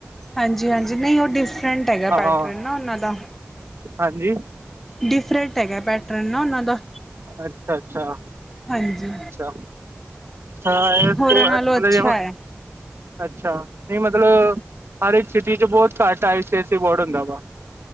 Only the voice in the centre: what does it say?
ਹਾਂਜੀ-ਹਾਂਜੀ। ਨਹੀਂ ਔਹ ਡਿਫਰੈਂਟ ਹੈਗਾ
ਪੈਟਰਨ ਨਾ ਉਹਨਾਂ ਦਾ।
ਡਿਫਰੈਂਟ ਹੈਗਾ ਪੈਟਰਨ ਨਾ ਉਹਨਾਂ ਦਾ।
ਹਾਂਜੀ
ਹੋਰਾਂ ਨਾਲੋਂ ਅੱਛਾ
ਹੈ